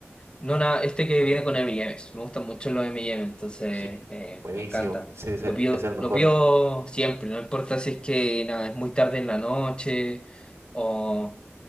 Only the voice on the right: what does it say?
Sí,
buenísimo.
Sí, ese
es el mejor.